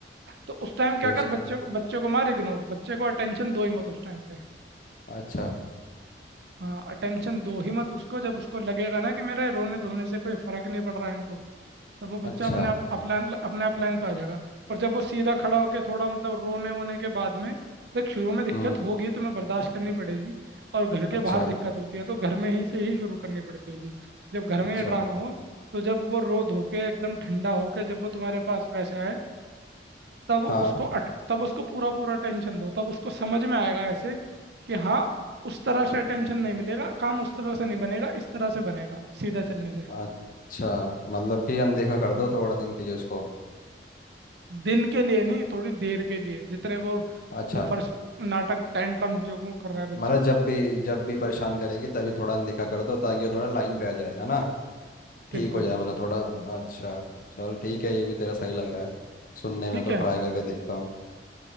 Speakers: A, on the right (about 65°); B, on the left (about 50°).
A: तो उस टाइम क्या
B: तो
A: कर
B: इसको
A: बच्चे को बच्चे को मार इग्नोर बच्चे को अटेंशन दो ही मत उस टाइम पे।
B: अच्छा
A: हाँ अटेंशन दो ही मत उसको जब उसको लगेगा ना कि मेरे रोने धोने से कोई फर्क नहीं पड़ रहा है इनको तब वो बच्चा
B: अच्छा
A: अपने आप अपलाइन अपने आप लाइन पे आ जाएगा और जब वो सीधा खड़ा होकर थोड़ा मतलब रोने वोने के बाद में देख शुरू में दिक्कत
B: हम्म
A: होगी तुम्हें बर्दाश्त करनी पड़ेगी और घर के
B: अच्छा
A: बाहर दिक्कत होती है तो घर में ही से ही शुरू करनी पड़ती है चीज़ जब घर
B: अच्छा
A: में ये ड्रामा हो तो जब वो रो धो के एकदम ठंडा होके जब वो तुम्हारे पास वैसे आए तब
B: हाँ
A: उसको अट, तब उसको पूरा पूरा अटेंशन दो तब उसको समझ में आएगा ऐसे कि हाँ उस तरह से अटेंशन नहीं मिलेगा काम उस तरह से नहीं बनेगा इस तरह से बनेगा सीधा चलने से
B: अच्छा मतलब कि अनदेखा कर दो थोड़ा दिन के लिए उसको
A: दिन के लिए नहीं थोड़ी देर के लिए जितने वो
B: अच्छा
A: वो फर्स्ट नाटक टेंट्रम्स जो वो कर रहा है बच्चा
B: मतलब जब भी जब भी परेशान करेगी तभी थोड़ा अनदेखा कर दो ताकि वो थोड़ा लाइन पे आ जाए है ना
A: बिल्कुल
B: ठीक हो जाए मतलब थोड़ा अच्छा चल ठीक है ये भी तेरा सही लग रहा है सुनने
A: ठीक
B: में तो
A: है
B: ट्राई करके देखता हूँ